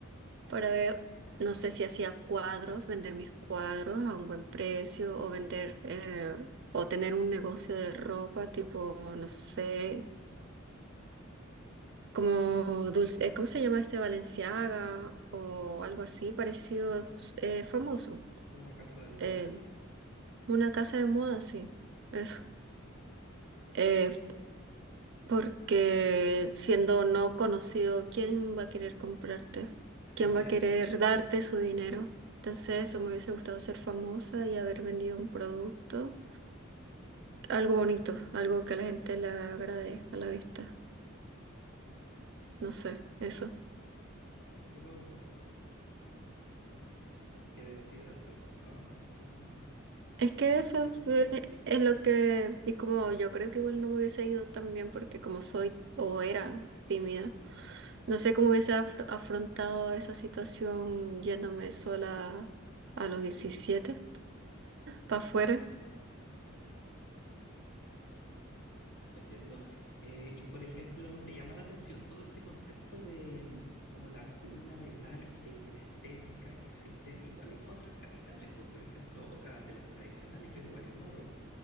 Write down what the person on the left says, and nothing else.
Una casa de moda.
<laughs>
Qué loco. Que decidas ser fama. No, no
no
entiendo.
Ya. Entiendo. Eh, y por ejemplo, ¿no te llama la atención todo este concepto de mm, como la cuna del arte y de la estética que existe en Igual hay otras capitales, pues por ejemplo, o sea, de las tradicionales yo igual ignoro,